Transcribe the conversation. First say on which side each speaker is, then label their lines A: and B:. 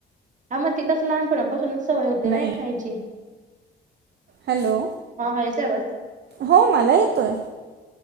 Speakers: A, on the right; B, on the right.
A: हा मग तिथचं लहानपणा पासूनचं सवय होती,
B: नाही
A: ना एक खायची.
B: हॅलो!
A: हां, हां, येतोय आवाज?
B: हो मला येतोय.